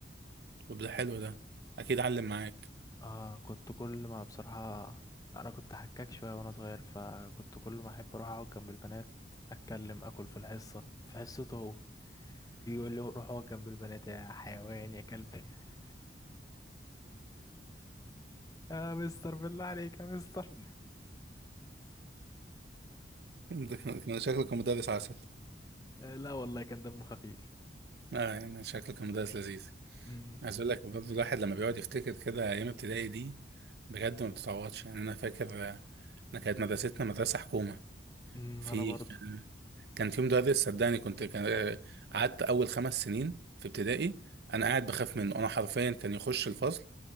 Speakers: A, on the right; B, on the left.
A: طب ده حلو ده اكيد علم معاك
B: اه كنت كل ما بصراحة انا كنت حكاك شوية وانا صغير فكنت كل ما احب اروح اقعد جنب البنات اتكلم اكل في الحصة في حصته هو يجي يقول لي روح اقعد جنب البنات يا حيوان يا كلب <laughs> يا مستر بالله عليك يا مستر
A: ده كان كان شكله كان مدرس عسل
B: آه لا والله كان دمه خفيف
A: اه يعني شكله كان مدرس لذيذ
B: امم
A: عايز اقول لك برضه الواحد لما بيقعد يفتكر كده ايام ابتدائي دي بجد ما بتتعوضش يعني انا فاكر آه، انا كانت مدرستنا مدرسه حكومه
B: أمم،
A: في
B: انا برضو
A: كان كان في مدرس صدقني كنت كان آه، قعدت اول خمس سنين في ابتدائي انا قاعد بخاف منه انا حرفيا كان يخش الفصل